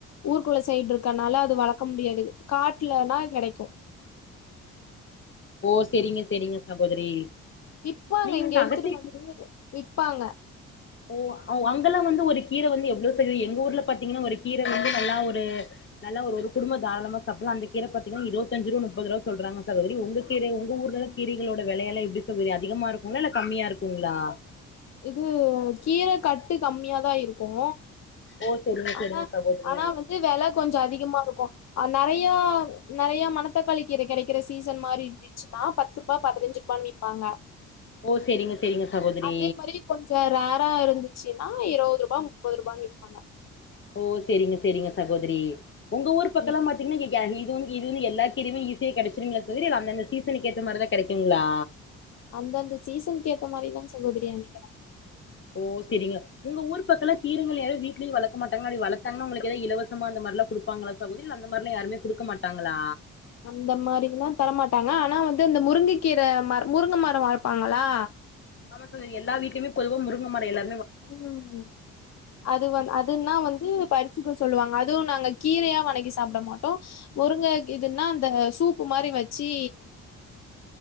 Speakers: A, on the left; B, on the left.
A: ஊருக்குள்ள சைட் இருக்கனால அது வளக்க முடியாது காட்டுல னா கிடைக்கு
B: ஓ சேரிங்க சேரிங்க சகோதரி
A: விப்பாங்க
B: நீங்க
A: இங்க
B: இந்த
A: எடுத்துட்டு
B: அகத்திக்கீ
A: வந்து விப்பாங்க
B: ஓ அ ஒன் அங்கல்லா வந்து ஒரு கீர வந்து எவ்ளோ சகோதரி எங்க ஊர்ல பாத்தீங்கன்னா ஒரு கீர வந்து நல்லா ஒரு நல்லா ஒரு ஒரு குடும்பத் தாராளமா சாப்புலா அந்த கீர பாத்திங்கன்னா இருவத்தஞ்சு ரூபா முப்பது ரூபா சொல்றாங்க சகோதிரி உங்க கீரை உங்க ஊர்ல கீரைகளோட விலையெல்லா எப்டி சகோதரி அதிகமா இருக்குங்களா இல்ல கம்மியா இருக்குங்களா
A: இது கீர கட்டு கம்மியாதா இருக்கோ
B: ஓ செரிங்க செரிங்க
A: ஆனா
B: சகோதரி
A: ஆனா வந்து வெல கொஞ்சோ அதிகமா இருக்கோ அ நறையோ நறையோ மணத்தக்காளி கீர கெடைக்கிற சீசன் மாரி இருந்துச்சுன்னா பத்துருபா பதினஞ்சு பண்ணிப்பாங்க
B: ஓ செரிங்க செரிங்க சகோதரி
A: அதே மாதிரி கொஞ்சோ ரேரா இருந்துச்சு ன்னா இருபதுருபா முப்பதுருபான்னு விப்பாங்க
B: ஓ செரிங்க செரிங்க சகோதரி உங்க ஊர் பக்கோலா
A: ம்
B: பாத்தீங்கன்னா எல்நீரோ இது வந்து எல்லா கீரையுமே ஈசியா கெடைச்சிருங்களா சகோதரி இல்ல அந்த அந்த சீசனுக்கு ஏத்த மாதிரி தா கெடைக்குங்களா
A: அந்தந்த சீசன்க்கு ஏத்த மாரிதா சகோதரிய நெனைக்கிறே
B: ஓ செரிங்க உங்க ஊரு பக்கோலா கீரைங்க வீட்லயே வளக்க மாட்டாங்காப்படி வளத்தாங்கனா உங்குளுக்கு ஏதாவ இலவசமா அ அந்த மார்லா குடுப்பாங்களா சகோதிரி அந்த மாரிலா யாருமே குடுக்க மாட்டாங்களா
A: அந்த மாரில்லா தரமாட்டாங்க ஆனா வந்து அந்த முருங்க கீர மர முருங்க மரோ வளப்பாங்களா
B: ஆமா சகோதுரி எல்லா வீட்டுலயுமே பொதுவா முருங்க மரோ இல்ல
A: ம் அது வந் அதுன்னா வந்து பறிச்சு வதக்க சொல்லுவாங்க அதுவு நாங்க கீரைய வணக்கி சாப்புட மாட்டோ முருங்க இதுன்னா இந்த சூப்பு மாரி வெச் வெச்சி